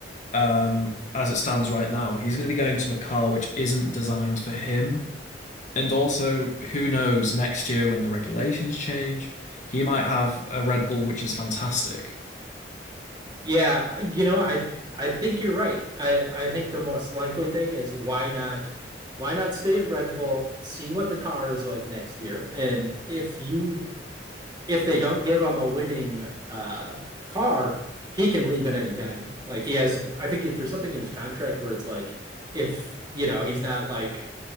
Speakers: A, on the left (about 45°); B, on the right (about 25°).
A: um, as it stands right now, he's going to be going to a car which isn't designed for him. And also, who knows, next year when the regulations change, he might have a Red Bull which is fantastic.
B: Yeah, I- you know, I I think you're right. I I think the most likely thing is why not why not stay at Red Bull, see what the car is like next year, and if you if they don't give him a winning uh car, he can leave at any time. Like he has I think there's something in his contract where it's like if, you know, he's not like